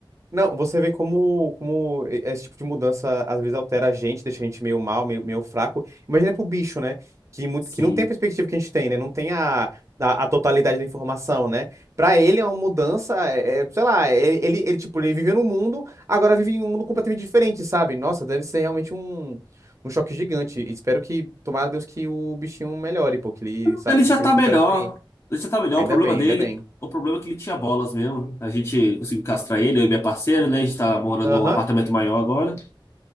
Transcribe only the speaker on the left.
Sim.
Ele já
tá
melhor.
Ele já tá melhor.
O problema
dele,
o problema é que ele tinha bolas mesmo. A gente conseguiu castrar ele, eu e minha parceira, né? A gente tá morando
num apartamento maior agora.